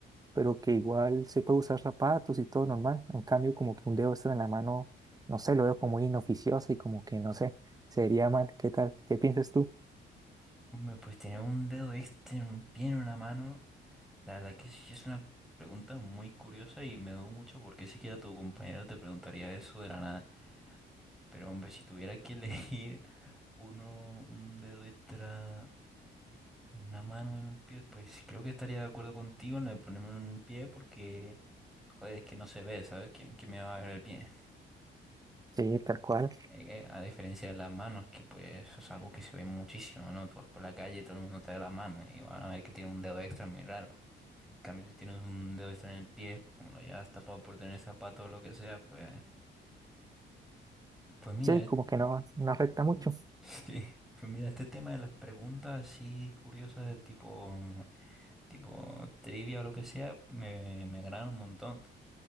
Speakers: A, on the right (about 20°); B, in the centre.
A: pero que igual se puede usar zapatos y todo normal. En cambio, como que un dedo extra en la mano, no sé, lo veo como muy inoficioso y como que, no sé, sería mal. ¿Qué tal? ¿Qué piensas tú?
B: Hombre, pues tener un dedo extra en un pie, en una mano, la verdad que sí es una pregunta muy curiosa y me dudo mucho por qué siquiera tu compañero te preguntaría eso de la nada. Pero hombre, si tuviera que <laughs> elegir uno, un dedo extra en una mano, en un pie, pues creo que estaría de acuerdo contigo en lo de ponerme en un pie porque, joder, es que no se ve, ¿sabes? ¿Quién, quién me va a ver el pie?
A: Sí, tal cual.
B: eh, a diferencia de las manos, que pues eso es algo que se ve muchísimo, ¿no? Tú vas por la calle y todo el mundo te da la mano y van a ver que tiene un dedo extra muy raro. En cambio, si tienes un dedo extra en el pie, pues como lo llevas tapado por tener zapato o lo que sea, pues, pues mira,
A: Sí,
B: eh,
A: como que no, no afecta mucho.
B: <laughs> sí, pues mira, este tema de las preguntas así curiosas de tipo, tipo trivia o lo que sea, me, me agradan un montón.